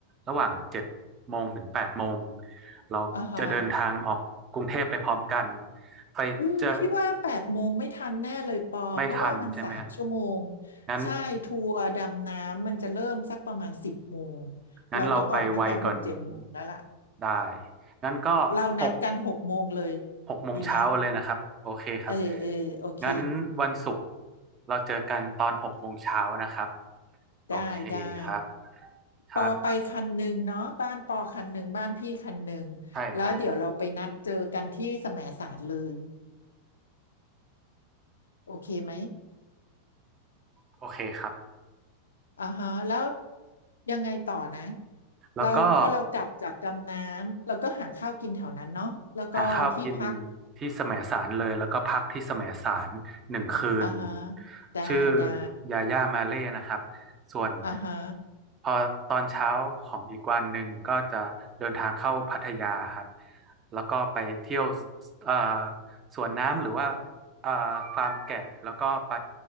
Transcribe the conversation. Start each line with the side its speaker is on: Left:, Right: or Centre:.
Right: ระหว่างเจ็ดโมงถึงแปดโมงเราจะเดินทางออกกรุงเทพไปพร้อมกัน
Left: อ่าฮะ
Right: ไปเจะ
Left: อืมพี่ว่าแปดโมงไม่ทันแน่เลยปอ
Right: ไม่ทันใช่ไหมฮะ
Left: เพราะว่ามันสามชั่วโมง
Right: งั้น
Left: ใช่ ทัวร์ดำน้ำมันจะเริ่มสักประมาณสิบโมง
Right: งั้นเราไปไวกว่อนนี้
Left: เราต้องออกตั้งแต่หกเจ็ดโมงแล้วล่ะ
Right: ได้งั้นก็หก
Left: เรานัดกันหกโมงเลย
Right: หกโมงเช้าเลยนะครับโอเคครับ
Left: ดีไหมเออเออโอเค
Right: งั้นวันศุกร์เราเจอกันตอนหกโมงเช้านะครับโอเคครับ
Left: ได้ได้
Right: ครับ
Left: ปอไปคันหนึ่งเนาะบ้านปอคันหนึ่งบ้านพี่คันหนึ่งแล้วเดี๋ยวเราไปนัดเจอกันที่แสมสารเลย
Right: ใช่ครับ
Left: โอเคไหม
Right: โอเคครับ
Left: อ่าฮะแล้วยังไงต่อนะ
Right: แล้วก็
Left: เราพอเรากลับจากดำน้ำเราก็หาข้าวกินแถวนั้นเนาะแล้วก็ที่พัก
Right: หาข้าวกินที่แสมสารเลยแล้วก็พักที่แสมสารหนึ่งคืน
Left: อ่าฮะได้ได้
Right: ชื่อยาย่ามาเล่นะครับส่วน
Left: อ่าฮะ
Right: พอตอนเช้าของอีกวันหนึ่งก็จะเดินทางเข้าพัทยาครับแล้วก็ไปเที่ยวเอ่อสวนน้ำหรือว่าเอ่อฟาร์มแกะแล้วก็ไป